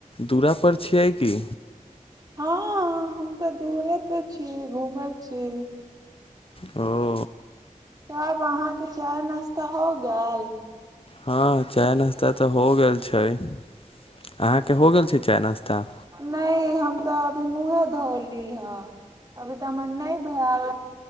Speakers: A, on the left (about 40°); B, on the right (about 25°).
A: दुरा पर छियै कि?
B: हँ हम तऽ दूरे पे छी घूमय छी।
A: ओ
B: तब अहाँके चाय नाश्ता हो गेल?
A: हँ चाय नाश्ता तऽ हो गेल छैय अहाँके हो गेल छैय चाय नाश्ता?
B: नहि हम तऽ अभी मुँहे धोली ह। अभी तऽ मर नहि भैल।